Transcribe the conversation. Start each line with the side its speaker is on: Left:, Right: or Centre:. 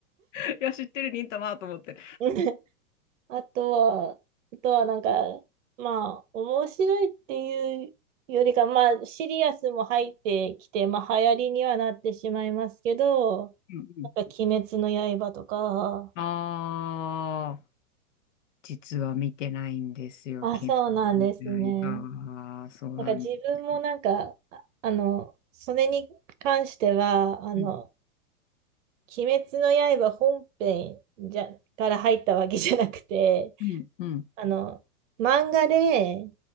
Left: <laughs> いや、知ってる忍たまと思って。
Right: <laughs> あとは、あとはなんか、まあ、面白いっていうよりか、まあ、シリアスも入ってきて、まあ、流行りにはなってしまいますけど、
Left: うんうん。
Right: なんか、鬼滅の刃とか、
Left: ああ、実は見てないんですよ、
Right: あ、
Left: 金の
Right: そうなんですね。
Left: 刃は。そうなんですよ。
Right: なんか、自分もなんか、ああの、それに関しては、あの、
Left: うん、
Right: 鬼滅の刃本編じゃ、から入ったわけじゃなくて、
Left: うん、うん。
Right: あの、漫画で、